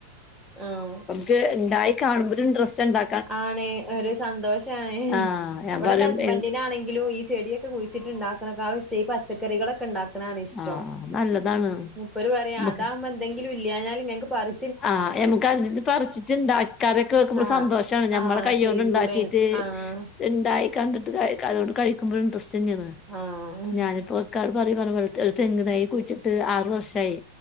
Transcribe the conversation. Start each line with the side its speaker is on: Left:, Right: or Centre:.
Centre: ആഹ്
Left: ക് ഇണ്ടായി കാണ് മ്പം ഒര് ഇന്ററസ്റ്റണ്ടാ
Centre: ആണ് ഒരു സന്തോഷാണ്
Left: ആഹ് ഞാൻ
Centre: ഇവടെന്റെ
Left: പറയും
Centre: ഹസ്ബന്റ്നാണെങ്കിലും
Left: എ
Centre: ഈ ചെടിയൊ. ത്ത് കുയ്ച്ചിട്ടുണ്ടാക്കണക്കാളും ഇഷ്ട്ടം ഈ പച്ചക്കറികളൊക്കെ ഇണ്ടാക്ക്. ക്ക്ണാണ് ഇഷ്ട്ടം
Left: ആഹ് നല്ലതാണ്
Centre: മുപ്പര് പറിം
Left: നമുക്ക്
Centre: അതാവുമ്പോ എന്തെങ്കിലും ഇല്ല്യാഞ്ഞാല്ങ്ങക്ക് പറി.
Left: ആഹ് യമക്ക് അതിന്ന് പറ്ച്ച്ട്ടാണ്ടാ ക്കറിയൊക്കെ വെക്കുമ്പോ
Centre: ആഹ്
Left: സന്തോഷ. ഷാണ് ഞമ്മളെ
Centre: ആഹ്
Left: കയ്യോണ്ട്ണ്ടാക്കീട്ട്.
Centre: ചെയ്തൂടെ ആഹ്
Left: ഇണ്ടായി കണ്ടിട്ട് കയ് ക അതോണ്ട് കഴിക്ക്മ്പോൻട്രസ്റ്റന്നേണ്
Centre: ആഹ്
Left: ഞാന്പ്പോ. ക്കാട് പറി പർഞ്ഞൽത്ത് ഒരു തെങ്ങ് തൈ കുഴിച്ചിട്ട് ആറു വർഷായി